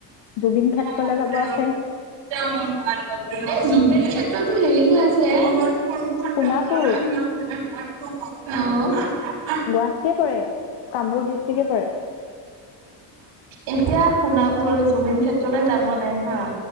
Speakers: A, on the left; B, on the right.
A: জুবিন
B: <unintelligible>
A: ক্ষেত্ৰলৈ যাব আছে।
B: এই যুবিন ক্ষেত্ৰতো হেৰিত হে
A: সোণাপুৰ
B: আছে। অ'।
A: গুৱাহাটীতে পৰে, কামৰূপ ডিষ্ট্ৰিকে পৰে।
B: এতিয়া সোণাপুৰলে জুবিন ক্ষেত্ৰলে যাবলে হা